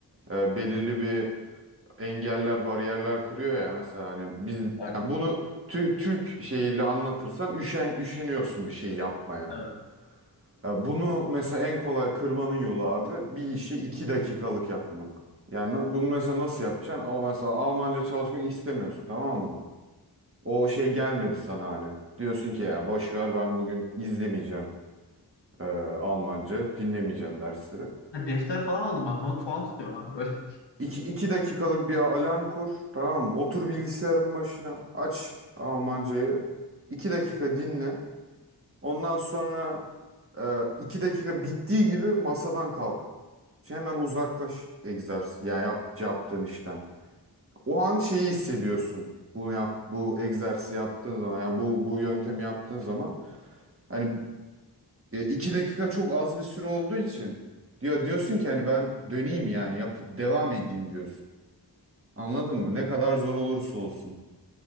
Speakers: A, on the right; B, on the left.
A: e, belirli bir engeller, bariyerler kuruyor ya mesela hani biz
B: Evet.
A: yani bunu tü- Türk şeyiyle anlatırsan üşen, üşeniyorsun bir şey yapmaya.
B: Evet.
A: Ya bunu mesela en kolay kırmanın yolu abi bir işi iki dakikalık yapmak. Yani na- bunu mesela nasıl yapacaksın? Ama mesela Almanca çalışmak istemiyorsun tamam mı? O şey gelmedi sana hani. Diyorsun ki ya boş ver ben bugün izlemeyeceğim e, Almanca, dinlemeyeceğim dersleri.
B: Ha, defter falan aldım bak. Not falan tutuyorum ben böyle.
A: İki, iki dakikalık bir alarm kur tamam mı? Otur bilgisayarın başına aç Almancayı. iki dakika dinle. Ondan sonra e, iki dakika bittiği gibi masadan kalk. Şey, Hemen uzaklaş egzersiz ya yap, yaptığın işten. O an şeyi hissediyorsun. Bu yap bu egzersizi yaptığın zaman yani bu bu yöntemi yaptığın zaman hani e, iki dakika çok az bir süre olduğu için diyor diyorsun ki hani ben döneyim yani yap devam edeyim diyorsun. Anladın mı? Ne kadar zor olursa olsun.